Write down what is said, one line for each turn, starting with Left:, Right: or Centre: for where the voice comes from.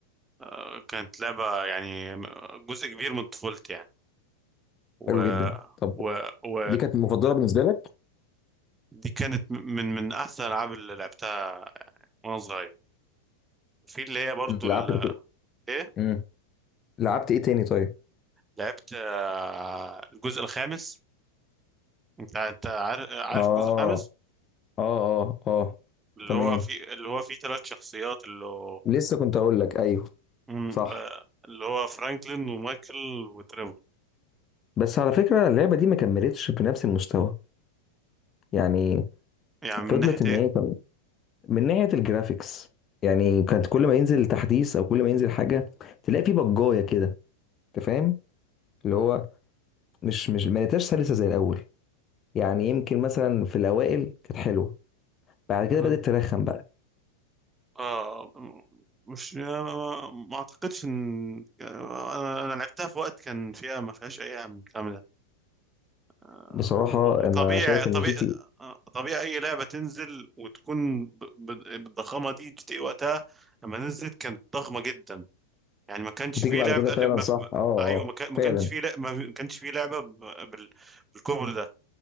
Right: أه كانت لعبة يعني جزء كبير من طفولتي يعني و
Left: حلو جدا طب
Right: و و
Left: دي كانت مفضله بالنسبه لك
Right: دي كانت من من احسن الالعاب اللي لعبتها وانا صغير في اللي هي برضو
Left: لعبت
Right: ال- ايه
Left: امم لعبت ايه تاني طيب
Right: لعبت آه، الجزء الخامس انت انت عارف عارف
Left: اه
Right: الجزء الخامس
Left: اه اه اه
Right: اللي
Left: تمام
Right: هو في اللي هو فيه ثلاث شخصيات اللي هو
Left: لسه كنت اقول لك ايوه
Right: مم،
Left: صح
Right: آه، اللي هو فرانكلين ومايكل وتريفور
Left: بس على فكره اللعبه دي ما كملتش بنفس المستوى يعني
Right: يعني من
Left: فضلت
Right: ناحية
Left: ان
Right: ايه
Left: هي كم- من ناحيه الجرافيكس يعني كانت كل ما ينزل تحديث او كل ما ينزل حاجه تلاقي في بجايه كده انت فاهم اللي هو مش مش ما لقيتهاش سلسه زي الاول يعني يمكن مثلا في الاوائل كانت حلوه بعد كده
Right: مم.
Left: بدات ترخم بقى
Right: اه مش آه، ما ما اعتقدش ان انا أنا لعبتها في وقت كان فيها ما فيهاش اي عام من الكلام ده آه،
Left: بصراحه
Right: و- وطبيعي
Left: انا شايف
Right: طبيعي
Left: ان جي تي
Right: آه، طبيعي اي لعبه تنزل وتكون ب- ب- بالضخامه دي جي تي إيه وقتها لما نزلت كانت ضخمه جدا يعني ما كانش
Left: بتيجي
Right: فيه
Left: بعد
Right: لعبة
Left: كده فعلا
Right: اللي ما...
Left: صح اه اه
Right: ايوه ما كان- ما
Left: فعلا
Right: كانش فيه لعبة ما كانش فيه لعبة ب- بال... بالكبر ده